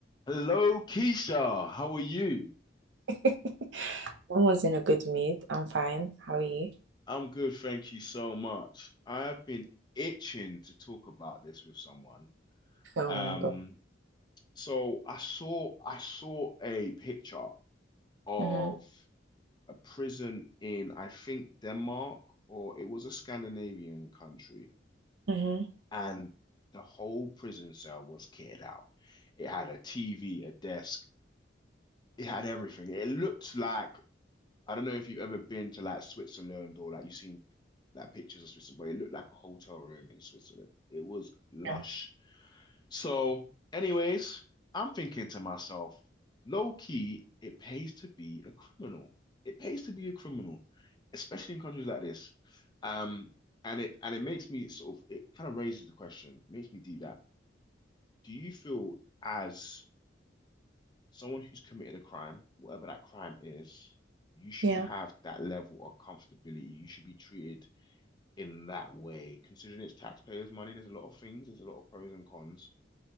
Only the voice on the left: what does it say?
Hello, Keisha. How are you?
I'm good, thank you so much. I have been itching to talk about this with someone.
Um,
so I saw I saw a picture of
a prison in I think Denmark or it was a Scandinavian country,
and the whole prison cell was kitted out. It had a TV, a desk, it had everything. It looked like I don't know if you've ever been to like Switzerland or like you've seen like pictures of Switzerland, but it looked like a hotel room in Switzerland. It was lush.
So, anyways, I'm thinking to myself, low key, it pays to be a criminal. It pays to be a criminal, especially in countries like this. Um, and it and it makes me sort of it kind of raises the question, makes me do that. Do you feel as someone who's committed a crime, whatever that crime is, you should
have that level of comfortability. You should be treated in that way, considering it's taxpayers' money, there's a lot of things, there's a lot of pros and cons.